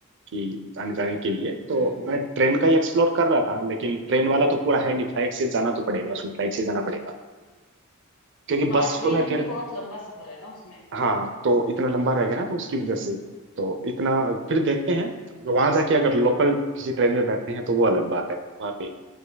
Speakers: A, on the right; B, on the left.
A: कि आने जाने के लिए तो
B: हम्म
A: मैं ट्रेन का ही एक्सप्लोर कर रहा
B: हम्म
A: था लेकिन ट्रेन वाला तो पूरा है नहीं फ्लाइट से जाना तो पड़ेगा उसमें फ्लाइट से जाना पड़ेगा क्योंकि
B: हाँ
A: बस
B: ट्रेन
A: को मैं फिर
B: भी बहुत लंबा सफर है ना उसमें
A: हाँ तो इतना लंबा रह गया ना तो उसकी वजह से तो इतना फिर देखते हैं
B: हम्म
A: वहां जाके अगर लोकल किसी ट्रेन में बैठते हैं तो वो अलग बात है वहाँ पे